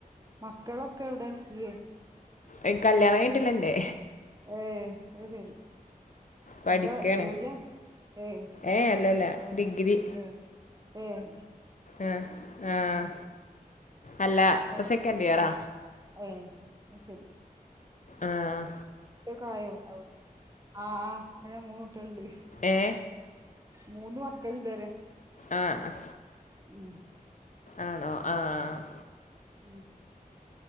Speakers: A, on the right; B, on the left.
A: മക്കളൊക്കെ എവുടെ ല്യേ
B: ഐ കല്യാണം കയ്ഞ്ഞിട്ടില്ലെൻ്റെ
A: ഏഹ് അയ്ശരി
B: പഠിക്കാണ്
A: എന്താ ജോല്യാ ഏഹ്
B: ഏ അല്ലല്ല
A: ഏഹ്
B: ഡിഗ്രി
A: ഏഹ് ഏഹ്
B: എഹ് ആഹ് അല്ല
A: ഫസ്
B: പ്പ സെക്കൻഡ് ഇയറാ
A: ഏ ഏ അയ്ശരി
B: ആഹ്
A: ഫുഡൊക്കായോ അഹ് ആഹ് അയ്ന മൂന്നുട്ട്യാള്ണ്ട്
B: ഏ
A: മൂന്ന് മക്കൾണ്ട് റ്യ
B: ആഹ് അഹ്
A: ഉം
B: ആണോ ആഹ് അഹ്
A: ഉം